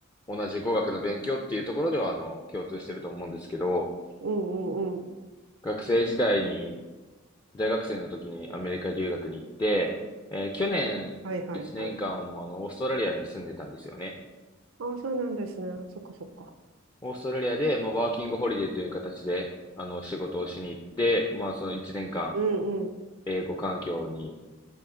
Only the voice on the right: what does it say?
うんうんうん。
はいはいはい。
ああ、そうなんですね。そっかそっか。
うん